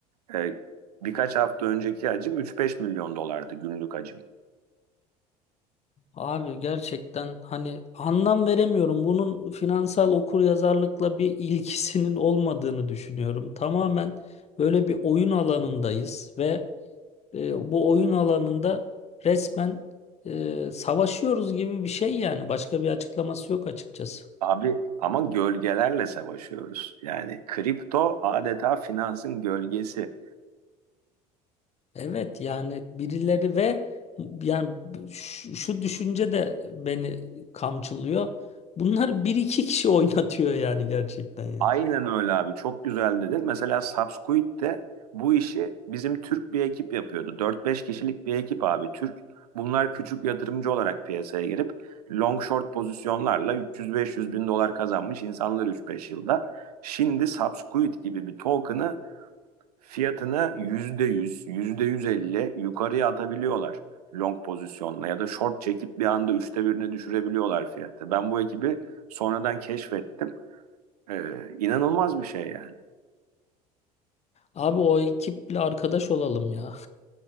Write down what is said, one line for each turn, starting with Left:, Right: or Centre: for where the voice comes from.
Right: Ee, birkaç hafta önceki hacim üç beş milyon dolardı günlük hacim.
Left: Abi gerçekten hani anlam veremiyorum. Bunun finansal okuryazarlıkla bir ilgisinin olmadığını düşünüyorum. Tamamen böyle bir oyun alanındayız ve e, bu oyun alanında resmen e, savaşıyoruz gibi bir şey yani. Başka bir açıklaması yok açıkçası.
Right: Abi ama gölgelerle savaşıyoruz. Yani kripto adeta finansın gölgesi.
Left: Evet yani birileri ve yani şu, şu düşünce de beni kamçılıyor. Bunlar bir iki kişi <laughs> oynatıyor yani gerçekten yani.
Right: Aynen öyle abi. Çok güzel dedin. Mesela Subsquid de bu işi bizim Türk bir ekip yapıyordu. dört beş kişilik bir ekip abi Türk. Bunlar küçük yatırımcı olarak piyasaya girip long short pozisyonlarla 300-500 bin dolar kazanmış insanlar üç beş yılda. Şimdi Subsquid gibi bir token'ı fiyatını yüzde yüzde yüz, yüzde yüz elli yukarıya atabiliyorlar long pozisyonla ya da short çekip bir anda üçte birini düşürebiliyorlar fiyatı. Ben bu ekibi sonradan keşfettim. Ee, inanılmaz bir şey yani.
Left: Abi o ekiple arkadaş olalım ya.